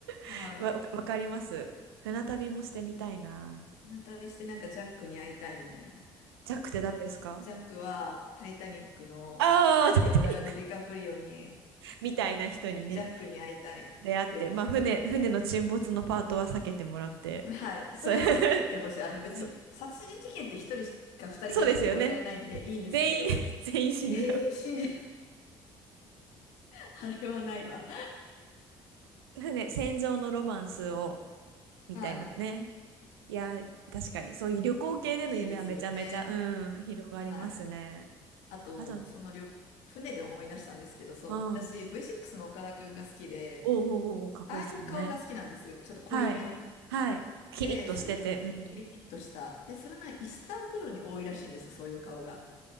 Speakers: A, on the left; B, on the right.
A: はい。
B: <laughs> わ、わかります。船旅もしてみたいな。
A: 船旅してなんかジャックに会いたいみたいな。
B: ジャックって誰ですか
A: ジャックはタイタニックのレオナルド・
B: ああー、タイタニック
A: ディカプリオに
B: <laughs> みたいな人にね、
A: ジャックに会いたいって思ってるんです。
B: 出会って、まあ船、船の沈没のパートは避けてもらって、
A: はい。それは避けてほしい。
B: そう、<laughs>
A: あの別に殺人事件って一人しか二人ぐらいしか殺されないんでいいんですけど、
B: そ、そうですよね。全員 <laughs> 全員死んじゃう
A: 全員死んじゃう。<laughs> あれはないわ。
B: ふ船戦場のロマンスをみたいなね
A: はい。
B: いや確かにそういう旅行系での夢はめちゃめちゃうん広がりますね
A: いいですよね。はい。あと、
B: あとうん
A: その旅、船で思い出したんですけど、そう。
B: おう
A: 私 V6 の岡田くんが好きで、
B: おうおうおうかっこいいですもんね
A: ああいう顔が好きなんですよ。ちょっと濃いめの。
B: はいはいキリッとしててうん
A: で、それをキリッとした。で、それがイスタンブールに多いらしいんです、そういう顔が。